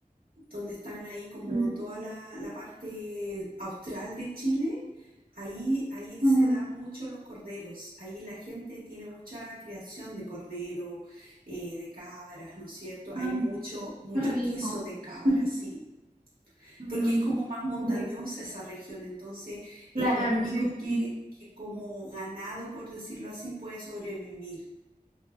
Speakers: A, on the right (about 75°); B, on the right (about 60°).
A: donde están ahí como
B: Mm,
A: toda la, la parte austral de Chile, ahí, ahí se
B: ujú.
A: dan mucho los corderos, ahí la gente tiene mucha creación de cordero, eh, de cabras, ¿no es cierto? Hay
B: Ay,
A: mucho, mucho
B: qué rico.
A: queso de cabras,
B: <laughs>
A: sí,
B: Ujú,
A: porque es como más montañosa
B: qué rico.
A: esa región, entonces es
B: Claro,
A: lo único
B: sí,
A: que,
B: sí.
A: que como ganado, por decirlo así, puede sobrevivir.